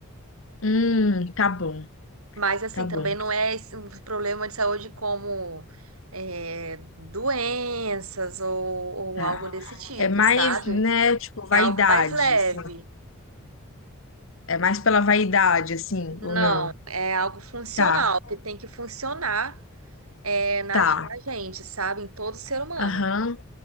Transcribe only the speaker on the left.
hum, tá bom,
tá
bom,
tá.
É mais,
né, tipo, vaidade,
assim. É mais pela vaidade, assim, ou
não?
Tá,
tá.
Aham,